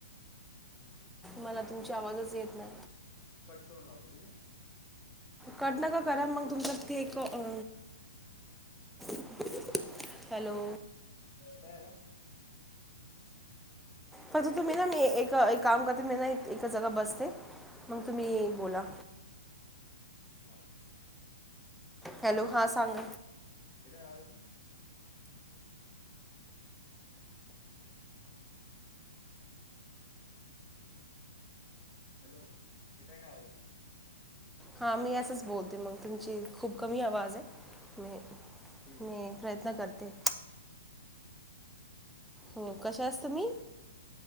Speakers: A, in the centre; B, on the left.
A: मला तुमची आवाजच येत नाय.
B: कट करून लावतो ठीक आहे.
A: कट नका करा मग तुमच एक अ <inaudible> हॅलो
B: काय झाला.
A: पर तुम्ही ना मी एक काम करते मी ना ए जगा बसते मग तुम्ही बोला.
B: हो.
A: हॅलो हा सांग.
B: येतोय आवाज येतो. हॅलो येतो का आवाज आता.
A: हा मी असंच बोलते मग तुमची खूप कमी आवाज आहे. म
B: ठीक
A: मी
B: आहे
A: प्रयत्न करते.
B: ठीक
A: हो
B: आहे
A: कशास तुम्ही.